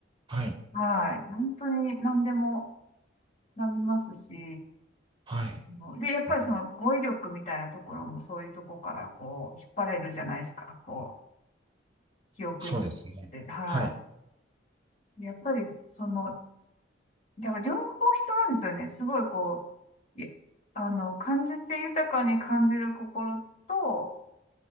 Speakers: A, on the right; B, on the left.
A: はい。
B: はい。本当に何でもなりますし、
A: はい。
B: もうで、やっぱりその語彙力みたいなところもそういうとこからこう、
A: うん
B: 引っ張れるじゃないですか。こう、記憶に乗って、
A: そうですね。
B: は
A: はい。
B: い。でやっぱりその、だから両方必要なんですよね。すごいこう、いあの、感受性豊かに感じる心と、